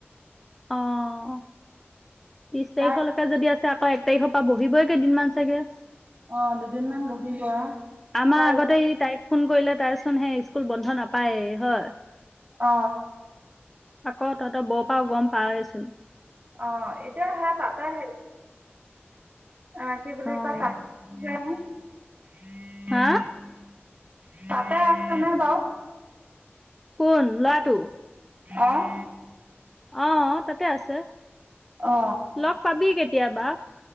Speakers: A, in the centre; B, on the right (about 40°).
A: অ ত্ৰিছ তাৰিখলৈকে
B: তাৰ
A: যদি আছ ছে আকৌ এক তাৰিখৰ পা বহিবই কেইদিনমান চাগে
B: অহ দুদিনমান বহিব
A: আমাৰ
B: তাৰ
A: আগতে ই তাইক ফোন কৰিলে তাৰচোন হে স্কুল বন্ধ নাপায় হয়
B: অ
A: আকৌ তহঁতে বপাও গম পাৱে চোন
B: অহ এতিয়া সেয়া তাতে সেই অ কি বুলি
A: অ',
B: কয় তা <unintelligible> নে <unintelligible>
A: হা
B: তাতে আছে নে বাও
A: কোন লৱা টো
B: অহ
A: অ তাতে আছে
B: অ
A: লগ পাবি কেতিয়াবা